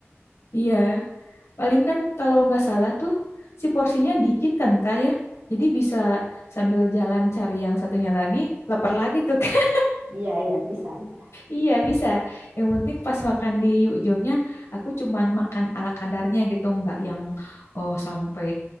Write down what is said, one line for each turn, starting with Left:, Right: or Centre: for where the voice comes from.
Left: Iya. Paling kan kalau nggak salah tuh si porsinya dikit kan Kak ya. Jadi bisa sambil jalan cari yang satunya lagi, lapar lagi tuh Kak. <laughs>
Right: Iya, iya, bisa, bisa.
Left: Iya bisa. Yang penting pas makan di ujungnya aku cuman makan ala kadarnya gitu, nggak yang oh sampai